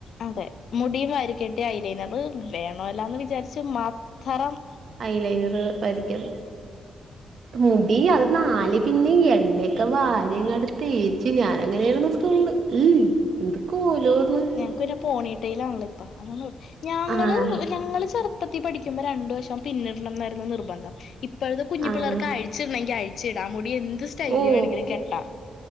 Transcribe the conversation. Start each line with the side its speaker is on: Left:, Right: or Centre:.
Left: അതെ മുടിയും വാരി കെട്ടിയയലെനയത് വേണോല്ലാന്ന് വിചാരിച്ച്മാത്രം.
Right: ഇലൈനാർ വരിക്കും മുടി അത് നാല് പിന്നെ എണ്ണയ്ക്കെ വാര്യങ്ങട്ട്തെ ച്ചി ഞാനങ്ങനായിരുന്നു സ്കൂൾഉം എന്ത്കൊലർന്നു.
Left: ഞങ്ങക്ക് പോണീട്ടയിലാണല്ലോ ഇപ്പ അതോണ്ട് കൊ ഞ
Right: ആഹ്
Left: ഞങ്ങൾ ചെറുപ്പത്തി പഠിക്കുമ്പോ രണ്ട് വഷം പിന്നിടണന്നായിരുന്ന നിർബന്ധം ഇപ്പോഴത്തെ കുഞ്ഞു
Right: ആഹ്
Left: പിള്ളേർക്ക് ആയ്. ച്ചിടണെങ്കി അഴിച്ചിട മുടി എന്ത് സ്റ്റൈല്
Right: ഓഹ്
Left: വേണെങ്കിലും കെട്ടാ.